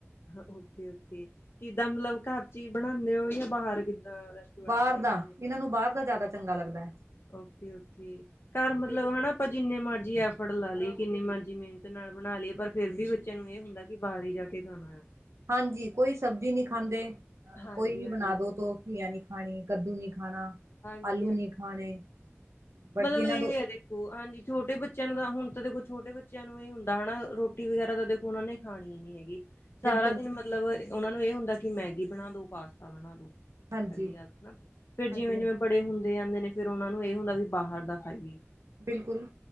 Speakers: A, on the left; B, on the right.
A: ਓਕੇ-ਓਕੇ ਕਿੱਦਾਂ ਮਤਲਬ ਘਰ ਚ ਹੀ ਬਣਾਦੇ ਹੋ ਜਾਂ ਬਾਹਰ ਕਿੱਦਾਂ ਰੈਸਟੋਰੈਂਟ
B: ਬਾਹਰ
A: ਵਗੈਰਾ
B: ਦਾ।
A: ਤੇ
B: ਇਹਨਾਂ ਨੂੰ ਬਾਹਰ ਦਾ ਜ਼ਿਆਦਾ ਚੰਗਾ ਲੱਗਦਾ।
A: ਓਕੇ-ਓਕੇ। ਘੱਰ ਮਤਲਬ ਹਨਾ ਆਪਾਂ ਜਿੰਨੇ ਮਰਜ਼ੀ ਐਫਰਟ ਲਾ ਲਏ, ਕਿੰਨੀ ਮਰਜ਼ੀ ਮਿਹਨਤ ਨਾਲ ਬਣਾ ਲਇਏ, ਪਰ ਫੇਰ ਵੀ ਚੱਲੋ ਇਹ ਹੁੰਦਾ ਕਿ ਬਾਹਰ ਹੀ ਜਾ ਕੇ ਖਾਣਾ
B: ਹਾਂਜੀ ਕੋਈ ਸਬਜ਼ੀ ਨਹੀਂ ਖਾਂਦੇ ਅ
A: ਹਾਂਜੀ
B: ਕੋਈ ਵੀ
A: ਹਾਂਜੀ
B: ਬਣਾ
A: ਬਿਲਕੁਲ
B: ਦੋ ਤੋਂ ਘੀਆਂ ਨੀ ਖਾਣੀ, ਕੱਦੂ ਨੀ ਖਾਣਾ,
A: ਹਾਂਜੀ
B: ਆਲੂ
A: ਹਾਂ
B: ਨੀ ਖਾਣੇ। ਬਟ
A: ਮਤਲਬ
B: ਇਹਨਾਂ
A: ਇਹ
B: ਤੋਂ
A: ਹੈਦੇ ਉਹ ਹਾਂਜੀ, ਛੋਟੇ ਬੱਚਿਆਂ ਨੂੰ ਤਾਂ ਹੁਣ ਤਾਂ ਦੇਖੋ ਛੋਟੇ ਬੱਚਿਆਂ ਨੂੰ ਇਹ ਹੁੰਦਾ ਹਨਾ ਰੋਟੀ ਵਗੈਰਾ ਤਾਂ ਦੇਖੋ ਉਹਨਾ ਨੇ ਖਾਣੀ ਨੀ ਹੈਗੀ। ਸਾਰਾ
B: ਬਿਲਕੁਲ
A: ਦਿਨ ਮਤਲਬ ਉਹਨਾਂ ਨੂੰ ਇਹ ਹੁੰਦਾ ਕਿ ਮੈਗੀ ਬਣਾ ਦੋ, ਪਾਸਤਾ ਬਣਾ ਦੋ।
B: ਹਾਂਜੀ
A: ਪਹਿਲੀ ਗੱਲ ਨਾ, ਫਿਰ ਜਿਵੇਂ
B: ਹਾਂਜੀ
A: ਜਿਵੇਂ
B: ਹਾਂਜੀ
A: ਬੜੇ ਹੁੰਦੇ ਜਾਂਦੇ ਨੇ, ਫਿਰ ਉਹਨਾ ਨੂੰ ਇਹ ਹੁੰਦਾ ਵੀ ਬਾਹਰ ਦਾ ਖਾਈਏ।
B: ਬਿਲਕੁੱਲ।